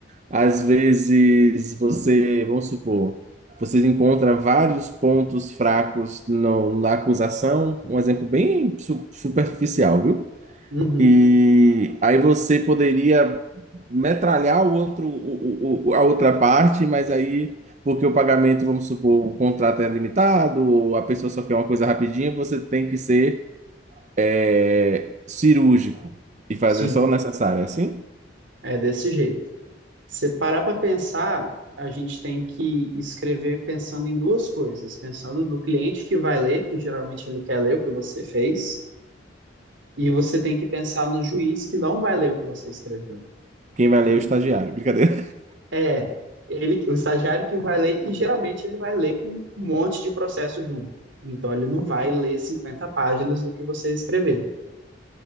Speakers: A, on the right (about 40°); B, on the right (about 85°).
A: Às vezes você, vamos supor, você encontra vários pontos fracos no- na acusação, um exemplo bem su- superficial, viu?
B: Uhum,
A: E aí você poderia metralhar o outro, o, o- o- a outra parte, mas aí, porque o pagamento, vamos supor, o contrato é limitado, ou a pessoa só quer uma coisa rapidinha, você tem que ser é, cirúrgico e fazer
B: sim,
A: só o necessário. É Assim,
B: é desse jeito. Se parar para pensar, a gente tem que escrever pensando em duas coisas, pensando no cliente que vai ler, que geralmente ele quer ler o que você fez, e você tem que pensar no juiz que não vai ler o que você escreveu.
A: quem vai
B: Ele
A: ler é o estagiário. Brincadeira.
B: é ele, o estagiário que vai ler, e geralmente ele vai ler com um monte de processo junto. Então ele não vai ler 50 páginas do que você escrever.